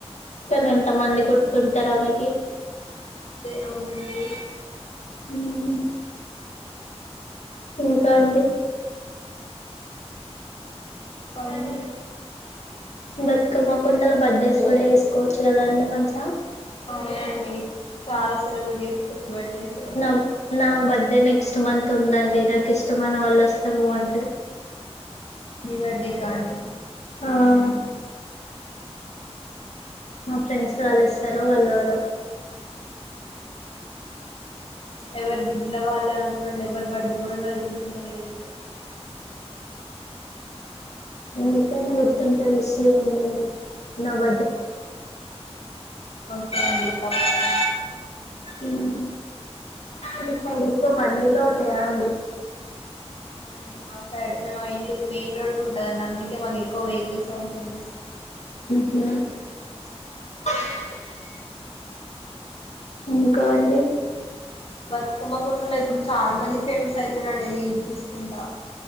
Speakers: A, on the left (about 90°); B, on the left (about 60°).
A: కానీ ఎంత మంది గుర్తుంటారా ఆమెకి
B: అదే అవునండి.
A: ఉమ్ ఇంకా అండి
B: ఇంకా చెప్పాలండి
A: బతుకమ్మ కొత్తలో బర్డేస్ కూడ చెసుకోవచ్చు కదా అండి మంచిగా.
B: అవునండి చాలా సెలబ్రేట్ చేసుకోవచ్చు బర్డేస్
A: నవ్ నా బర్డే నెక్స్ట్ మంత్ ఉందండి నాకు ఇష్టమైన వాళ్ళు వస్తే బాగుంటది.
B: నీ బర్డేకా అండి
A: ఆ <unintelligible> మా ఫ్రెండ్స్ వాళ్ళు ఇస్తారు వాళ్ళేవరో
B: ఎవరు బిజీలో వాళ్ళే ఉంటరండి ఎవరి బర్డే కూడ ఎవరికి గుర్తుంటలేవు ఇప్పుడు.
A: నీకైనా గుర్తుంటే విష్ చేయండి. నా బ
B: ఓకే అండి తప్పకుండా
A: మ్మ్ఁ మీ సైడ్ ఎక్కువ బండిలే పోతయా అండి
B: అవునండి మా సైడ్ మేము మా ఇల్లు మెయిన్ రోడుకుంటదండి అందు కే మాకు ఎక్కువ వెహికల్స్ సౌండ్స్ వినిపిస్తయి.
A: మ్ఁ ఇంకా అండి
B: బతుకమ్మకుంటలో ఇప్పుడు చాల్ మంది ఫేమస్ అయితరండి రీల్స్ తీసుకుంటా